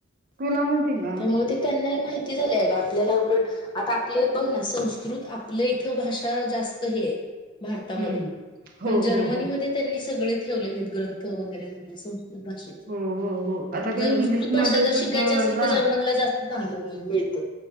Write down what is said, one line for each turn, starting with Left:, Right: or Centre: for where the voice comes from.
Right: तुला माहिती का
Left: त्यामुळे ते त्यांनाही माहिती झालंय अगं आपल्याला उलट आता आपलं बघ ना संस्कृत आपलं इथं भाषा जास्त हे आहे. भारतामध्ये,
Right: हम्म हो
Left: पण जर्मनीमध्ये
Right: हो हो
Left: त्यांनी सगळे ठेवलेले आहेत ग्रंथ वगैरे, वगैरे स स्कृत भाषेत
Right: हो हो हो आता काय
Left: संस्कृत
Right: इंग्लिशमध्ये
Left: भाषा जर
Right: सुद्धा
Left: शिकायची असेल
Right: गा
Left: तर जर्मनला जास्त चांगलं ज्ञान मिळतं.